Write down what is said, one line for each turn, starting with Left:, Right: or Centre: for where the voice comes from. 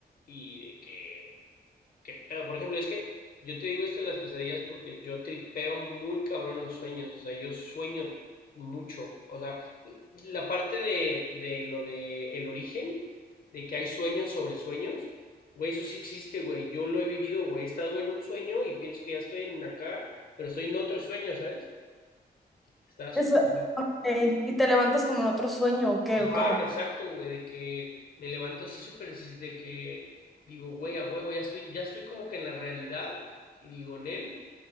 Left: y de que, qué pedo. Por ejemplo, es que yo te digo esto de las pesadillas porque yo tripeo muy cabrón los sueños. O sea, yo sueño mucho. O sea, la parte de, de lo de el origen, de que hay sueños sobre sueños, güey, eso sí existe, güey. Yo lo he vivido, güey. He estado en un sueño y pienso que ya estoy en acá, pero estoy en otro sueño, ¿sabes? Está súper
Centre: Eso, ok. ¿Y te levantas como en otro sueño o qué?
Left: Ajá,
Centre: ¿O cómo?
Left: exacto, güey, de que me levanto así súper, así de que digo, güey, a huevo, ya estoy, ya estoy como que en la realidad, y digo, Nel,